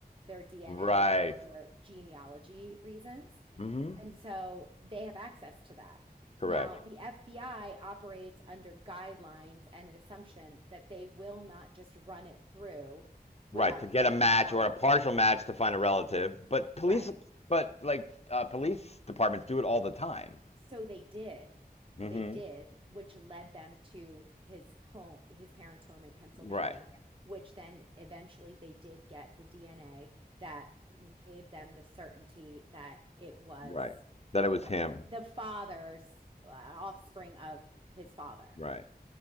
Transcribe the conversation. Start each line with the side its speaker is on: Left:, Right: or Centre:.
Right: their DNA
Left: Right.
Right: for genealogy reasons.
Left: hmm
Right: And so they have access to that.
Left: Correct.
Right: Now, the FBI operates under guidelines and an assumption that they will not just run it through without
Left: Right. To get
Right: getting
Left: a match
Right: a warrant.
Left: or a partial match to find a relative, but police,
Right: Right.
Left: but like uh, police departments do it all the time.
Right: So they did.
Left: hmm
Right: They did, which led them to his home, his parents' home in Pennsylvania,
Left: Right.
Right: which then eventually they did get the DNA that gave them the certainty that it was
Left: Right. That
Right: wha-
Left: it was him.
Right: the father's uh, offspring of his father.
Left: Right.